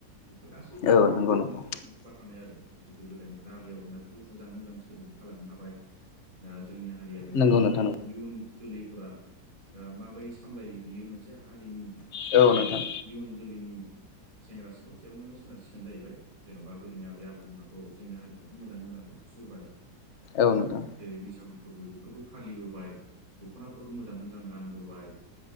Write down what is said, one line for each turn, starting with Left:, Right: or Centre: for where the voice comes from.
Right: बेफोर गासैबो
Left: औ
Right: आरिमुजोंनो
Left: नंगौ नोंथां
Right: लोब्बा थानाय आरो गोदो गोदायनिफ्राय आबै आबौमोनबो मोजाङै मोजां। सोरजिना गालांनो हाबाय दा जोंनि हारिया बेफोरखौहाय
Left: नंगौ नोंथां
Right: इयुन जोलैफोरा माबाय सामलायो बियो मोनसे हारिनि
Left: औ
Right: आ
Left: नोंथां
Right: इयुन जोलैनि सेंग्रा -सिख्ला सयावनो सोनार सिखगोन जाहैबाय जेन'बा गोदोनि आबै- आबौमोनाथ' जोंनि हारिमुखौ मोजां <inaudible> बाय
Left: औ नोंथां
Right: बे बैसागु फोरबो बेफोरखौ फालिबोबाय दख'नाफोरखौ मोजांडै-मोजां गानबोबाय।